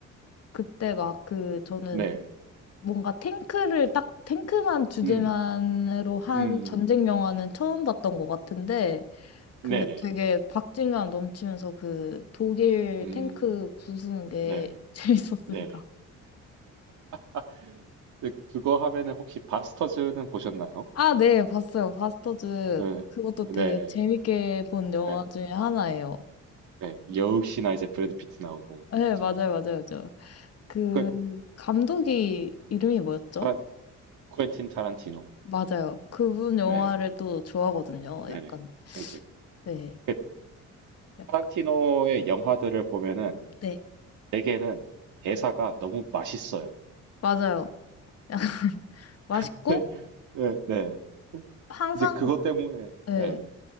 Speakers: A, on the left (about 55°); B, on the right (about 75°).
A: 그때 막 그 저는
B: 네,
A: 뭔가 탱크를 딱 탱크만 주제만으로
B: 음,
A: 한
B: 음.
A: 전쟁 영화는 처음 봤던 것 같은데 그게
B: 네네.
A: 되게 박진감 넘치면서 그 독일
B: 음,
A: 탱크 부수는 게
B: 네네.
A: <laughs> 재밌었습니다.
B: 네네. 아, 근데 그거 하면은 혹시 바스터즈는 보셨나요?
A: 아, 네, 봤어요. 바스터즈
B: 네.
A: 그것도
B: 네네.
A: 되게 재밌게 본 영화
B: 네.
A: 중에 하나예요.
B: 네. 역시나 이제 브래드 피트 나오고,
A: 네,
B: 맞아.
A: 맞아요, 맞아요, 맞아요. 그
B: 그,
A: 감독이 이름이 뭐였죠?
B: 타란, 쿠엔틴 타란티노.
A: 맞아요. 그분 영화를
B: 네네.
A: 또 좋아하거든요.
B: 네네.
A: 약간
B: 이제,
A: 네,
B: 그,
A: 약
B: 타란티노의 영화들을 보면은,
A: 네,
B: 대개는 대사가 너무 맛있어요.
A: 맞아요. <laughs> 맛있고
B: <laughs> 네, 네.
A: 항상
B: 이제 그것 때문에,
A: 네,
B: 예.